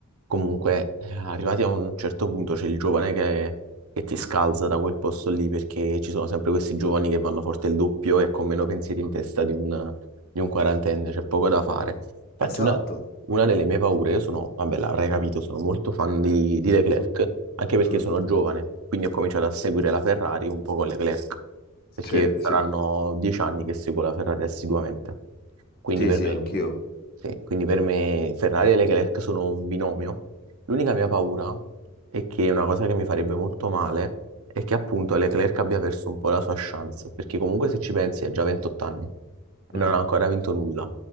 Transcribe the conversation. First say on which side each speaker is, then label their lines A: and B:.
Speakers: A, on the right; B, on the left.
A: comunque eh, arrivati a un certo punto c'è il giovane che, che ti scalza da quel posto lì perché ci sono sempre questi giovani che vanno forte il doppio e con meno pensieri in testa di un, di un quarantenne, c'è poco da fare. Infatti
B: esatto.
A: una, Una delle mie paure, io sono, vabbè, l'avrai capito, sono molto fan di, di Leclerc, anche perché
B: Mm,
A: sono giovane, quindi ho cominciato a seguire la Ferrari un po' con Leclerc, perché
B: sì,
A: saranno
B: sì,
A: dieci anni che seguo la Ferrari assiduamente. Quindi
B: sì,
A: per
B: sì,
A: me,
B: anch'io.
A: sì, quindi per me Ferrari e Leclerc sono un binomio. L'unica mia paura è che una cosa che mi farebbe molto male è che appunto Leclerc abbia perso un po' la sua chance, perché comunque se ci pensi ha già 28 anni e
B: Mm,
A: non ha ancora vinto nulla.